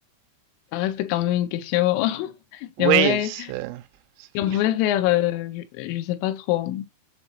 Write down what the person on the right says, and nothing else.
Oui,
c'est-
il
faut,